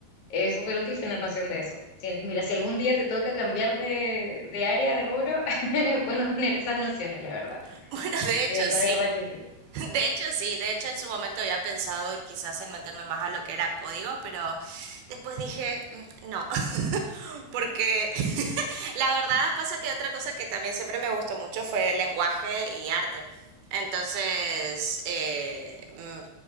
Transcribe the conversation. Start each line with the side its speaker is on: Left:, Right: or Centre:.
Left: es súper útil tener noción de eso. Si- mira, si algún día te toca cambiar de, de área, de rubro, <laughs> es bueno tener esas nociones, la verdad.
Right: <laughs> Bueno, de hecho
Left: De verdad,
Right: sí.
Left: de verdad que sí.
Right: De hecho sí, de hecho en su momento había pensado quizás en meterme más a lo que era código, pero después dije "Mm, no, <laughs> porque <laughs> la verdad pasa que otra cosa que también siempre me gustó mucho fue el lenguaje y arte. Entonces, eh, mm,